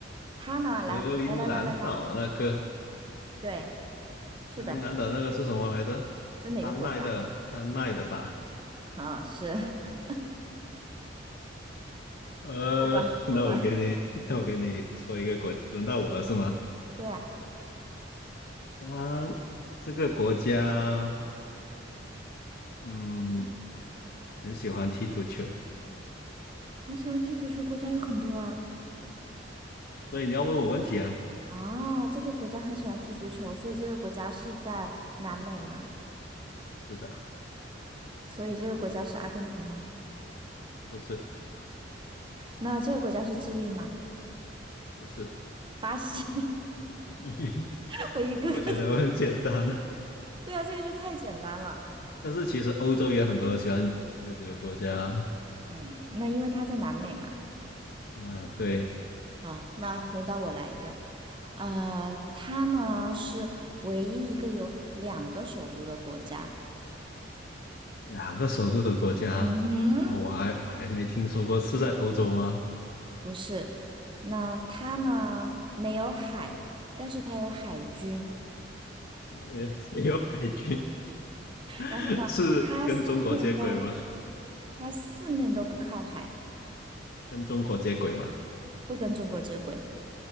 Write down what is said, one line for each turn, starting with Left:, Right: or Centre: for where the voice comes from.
Right: 它呢？来来来来来来，
Left: 格陵兰岛那个，
Right: 对，是的，
Left: 格陵兰岛那个是什么来着？
Right: 是哪个国家？
Left: 丹麦的，丹麦的吧？
Right: 啊，是 <laughs>
Left: 呃，
Right: 过关过关。
Left: <laughs> 那我给你，那我给你说一个国，轮到我了是吗？
Right: 对呀，
Left: 啊，这个国家，嗯，很喜欢踢足球，
Right: 很喜欢踢足球国家有很多啊。
Left: 所以你要问我问题啊？
Right: 啊，这个国家很喜欢踢足球，所以这个国家是在南美吗？
Left: 是的，
Right: 所以这个国家是阿根廷吗？
Left: 不是，
Right: 那这个国家是智利吗？
Left: 不是，
Right: 巴西，
Left: <laughs>
Right: <laughs> 我一个个，
Left: 我觉得我很简单的。
Right: <laughs> 对啊，这个就太简单了。
Left: 但是其实欧洲也有很多喜欢踢足球的国家，
Right: 嗯，那因为它在南美嘛。
Left: 嗯、对，
Right: 好，那轮到我来一个，呃，它呢是唯一一个有两个首都的国家。
Left: 两个首都的国家，
Right: 嗯哼，
Left: 哦我还还没听说过，是在欧洲吗？
Right: 不是，那它呢没有海，但是它有海军。
Left: <laughs> 没有，没有海军，<laughs>
Right: 然后呢，
Left: 是跟中国接轨吗？
Right: 它四面都，它四面都不靠海，
Left: 跟中国接轨吗？
Right: 不跟中国接轨，